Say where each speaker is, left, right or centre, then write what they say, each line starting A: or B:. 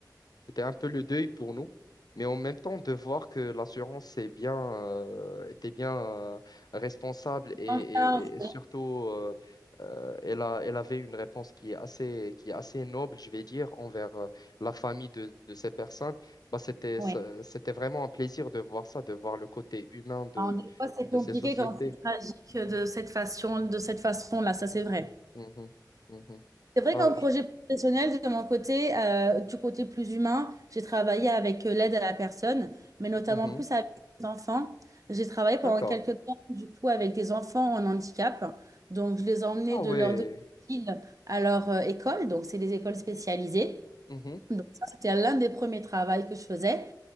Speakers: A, on the left (about 60°); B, on the right (about 50°).
A: c'était un peu le deuil pour nous, mais en même temps de voir que l'assurance c'est bien, euh, était bien euh, responsable et,
B: En charge,
A: et- et surtout
B: oui.
A: euh, euh, elle a, elle avait une réponse qui est assez, qui est assez noble, je vais dire, envers euh, la famille de, de ces personnes. Bah, c'était,
B: oui.
A: ça- c'était vraiment un plaisir de voir ça, de voir le côté humain de,
B: Alors, des fois, c'est compliqué
A: de ces sociétés.
B: quand c'est tragique de cette façon, de cette façon-là, ça c'est vrai.
A: Mhm. Mhm.
B: C'est vrai
A: Bah,
B: qu'en projet
A: je-
B: professionnel, de mon côté, euh, du côté plus humain, j'ai travaillé avec euh, l'aide à la personne, mais notamment
A: mhm.
B: plus avec les enfants. J'ai travaillé pendant
A: D'accord.
B: quelques temps, du coup, avec des enfants en handicap. Donc, je les emmenais
A: Ah
B: de
A: ouais.
B: leur domicile à leur euh, école. Donc, c'est des écoles spécialisées.
A: Mhm.
B: Donc ça, c'était l'un des premiers travaux que je faisais.